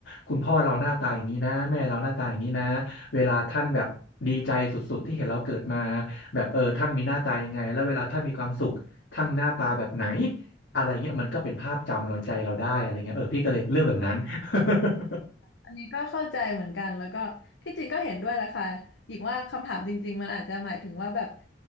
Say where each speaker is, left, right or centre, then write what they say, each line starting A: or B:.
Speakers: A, on the left; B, on the left.
A: คุณพ่อเราหน้าตาอย่างนี้นะแม่เราหน้าตาอย่างนี้นะเวลาท่านแบบดีใจสุดๆที่เห็นเราเกิดมาแบบเออท่านมีหน้าตายังไงแล้วเวลาท่านมีความสุขท่านหน้าตาแบบไหน อะไรเงี้ยมันก็เป็นภาพจำเราใจเราได้อะไรเงี้ยเออพี่ก็เลยเลือกแบบนั้น <laughs>
B: อันนี้ก็เข้าใจเหมือนกันแล้วก็ที่จริงก็เห็นด้วยแหละค่ะหญิงว่าคำถามจริงๆมันอาจจะหมายถึงว่าแบบ